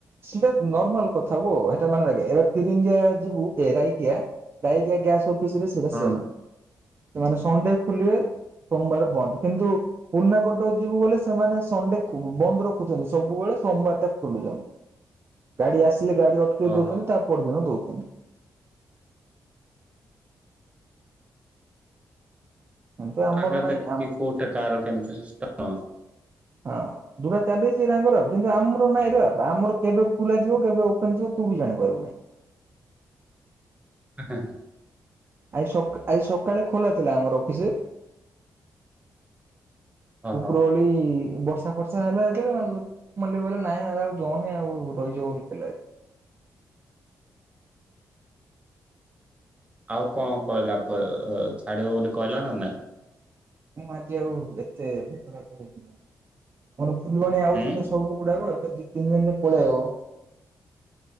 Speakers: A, on the right (about 35°); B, on the right (about 20°).
A: ସେଟା ନର୍ମାଲ କଥାଗୋ ହେଟା ମାନେ ଏବେ ଫିରିଙ୍ଗିଆ ଯିବୁ ଏାଇକିଆ <unintelligible> ଯାଇକଆ ଗ୍ୟାସ ଅଫିସ ରେ ସେଟା
B: ହଁ
A: ସେମ ସେମାନେ ସନଡେ ଖଲିବେ ସୋମବାର ବନ୍ଦ କିନ୍ତୁ ପୁରୁଣା କଟକ ଯିବୁ ଗଲେ ସେମାନେ ସଣ୍ଡେ ଖୁ ବନ୍ଦ ରଖୁଛନ୍ତି ସବୁବେଳେ ସୋମବାରଟା ଖୋଲୁଛନ୍ତି ଗାଡି ଆସିଲେ ଗାଡି ଅଟକେଇ
B: ଓହୋ
A: ଦଉଛନ୍ତି ତା ପରଦିନ ଦଉ <inaudible> କିନ୍ତୁ ଆମର
B: ପ୍ରଗଧ
A: ନାଇଁ
B: କି
A: ହଁ
B: କୋଉଟା କାର କେମିତି ସିଷ୍ଟମ
A: ହଁ ଦୁଟା ଚାଲିଛି ତାଙ୍କର ଆଉ। କିନ୍ତୁ ଆମର ନାଇଁ ର ଆମର କେବେ ଖୋଲା ଥିବ କେବେ ଓପେନ ଥିବ ତୁ ବି ଜାଣିପାରିବୁନାହିଁ।
B: ହ ହ
A: ଆଜି ସକା ଆଜି ସକାଳେ ଖୋଲା ଥିଲା ଆମର ଅଫିସ।
B: ଓହୋ
A: ଉପରୋଳି ବର୍ଷା ଫର୍ଷା ହେଲା ଯେତେବେଳେ ମାନେ କହିଲା ନାଇଁ ଆଉ ଯାଉନି ଆଉ ରହିଯିବ ବୋଲି ଗୋଟେ ପିଲାଏ
B: <inaudible> ଆଉ କଣ କହିଲା କ ଛାଡିବ ବୋଲି କହିଲା ନା ନାଇଁ
A: ମୁଁ ଆଜି ଆଉ ଏତେ ଭେଟ ଭେଟ ହେଇନି ଆଉ ମୋର ବୁଲୁଣି ଆଉଛି
B: ହୁଁ
A: ତ ସବୁଗୁଡାକ ତ ଦି ତିନି ରେ ପଳେଇଆଇବ